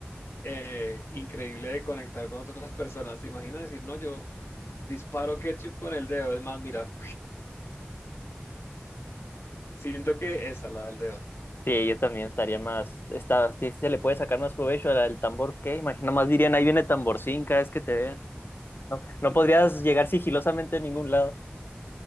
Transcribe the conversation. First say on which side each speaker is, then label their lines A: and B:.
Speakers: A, on the left; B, on the left.
A: eh, increíble de conectar con otras personas. ¿Te imaginas decir, no, yo disparo ketchup con el dedo? Es más, mira, <laughs> siento que esa, la del dedo.
B: Sí, yo también estaría más, está, sí se le puede sacar más provecho al, al tambor, ¿qué? Imagina, más dirían, ahí viene tamborcín cada vez que te vean. No, no podrías llegar sigilosamente a ningún lado.